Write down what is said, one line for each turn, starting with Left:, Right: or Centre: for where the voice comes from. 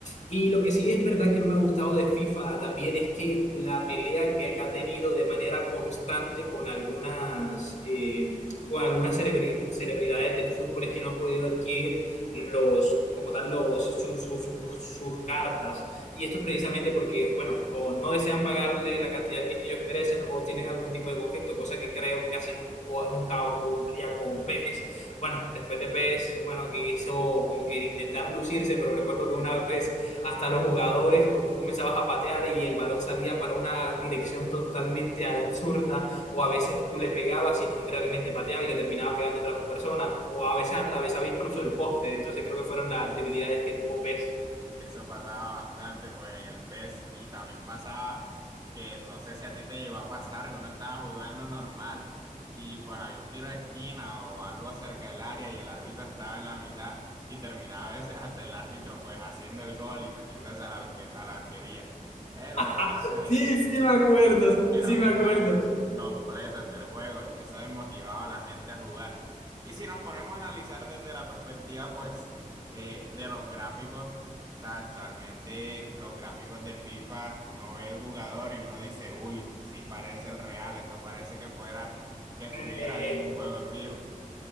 Left: Y lo que sí es verdad que no me ha gustado de FIFA también es que la pelea que ha tenido de manera constante con algunas... Eh, con algunas celebri- celebridades del fútbol es que no ha podido adquirir los, como tal, los, su- su- su- sus cartas. Y esto es precisamente porque, bueno, o no desean pagarle la cantidad que ellos merecen o tienen algún tipo de conflicto, cosa que creo que casi nunca, nunca ocurría con PES. Bueno, después de PES, bueno, que hizo como que intentar lucirse, pero recuerdo que una vez hasta los jugadores, co- tú comenzabas a patear y el balón salía para una dirección totalmente absurda o a veces tú le pegabas y no realmente pateaba y le terminaba pegando a otra persona, o a veces atravesaba incluso el poste. Entonces creo que fueron las
Right: Y
Left: debilidades
Right: sí.
Left: que tuvo Pez.
Right: Eso pasaba bastante, pues, en el PES. Y también pasaba que, no sé si a ti te llegó a pasar, que uno estaba jugando normal y pues había un tiro de esquina o algo cerca del área y el árbitro estaba en la mitad y terminaba a veces hasta el árbitro, pues, haciendo el gol y metiéndose a la, arque- a la arquería. Eh, lo
Left: <laughs>
Right: cual, pues,
Left: sí, sí me acuerdo,
Right: eran
Left: sí me acuerdo.
Right: <laughs> fallos completos del juego y eso desmotivaba a la gente a jugar. Y si nos ponemos a analizar desde la perspectiva, pues, eh, de los gráficos, o sea, actualmente los gráficos de FIFA, uno ve el jugador y uno dice, uy, sí parece el real, esto parece que fuera, que estuviera
Left: Eh,
Right: viendo un juego en vivo.